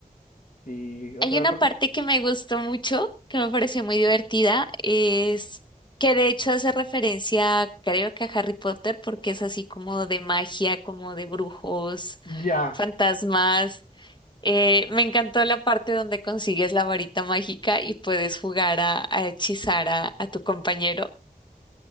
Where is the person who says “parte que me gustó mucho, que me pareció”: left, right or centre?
Left